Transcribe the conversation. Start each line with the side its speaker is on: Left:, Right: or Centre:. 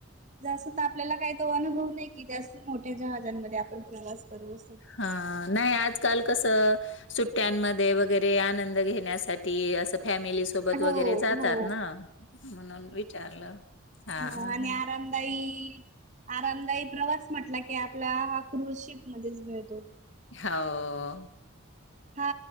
Right: जसं ता आपल्याला काही तो अनुभव नाही की जास्त मोठ्या जहाजांमध्ये आपण प्रवास करू असं
Left: हा नाही आजकाल कस सुट्यांमध्ये वगैरे आनंद घेण्यासाठी अस फॅमिली सोबत
Right: हो
Left: वगैरे जातात
Right: हो
Left: ना. म्हणून विचारलं. हां,
Right: ह आणि
Left: हां.
Right: आरामदायी. आरामदायी प्रवास म्हटला की आपला हा क्रुझशिप मध्येच मिळतो.
Left: हो.
Right: हा